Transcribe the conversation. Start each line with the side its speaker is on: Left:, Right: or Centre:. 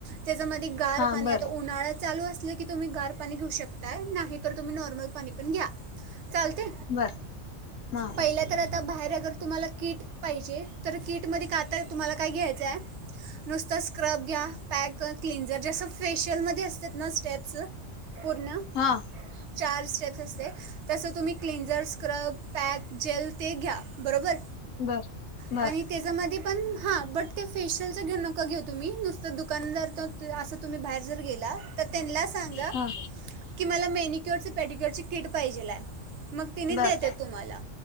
Right: त्याच्यामध्ये गार
Left: हा
Right: पाणी
Left: बर
Right: ल अस की तुम्ही गार पा घेऊ शकता नाही तर तुम् नॉर्मल पा पण घ्या चालते
Left: बर हा
Right: पहिलं तर आ आता बाहेर अगर तुम्हाला किट पाहिजे तर किट मध्ये काता तुम्हाला काय घ्यायचंय नुसतं स्क्रब घ्या पॅक क्लिनझर जसं फेशियलमध्ये असतात ना स्टेप्स पूर्ण
Left: हा
Right: चार स्टेप्स असते तसं तुम्ही क्लेंझर स्क्रब पॅक जेल ते घ्या बरोबर
Left: बर बर
Right: आणि त्याच्यामध्ये पण हा बट ते फेशियलच घेऊ नको घेऊ तुम्ही नुसतं दुकानदार तर तुम्ही बाहेर जर गेला तर त्यां सांगा
Left: हा
Right: की मला मेणुकर पेडुकर किट पाहिजेला मग तिने
Left: बर
Right: देतेत तुम्हाला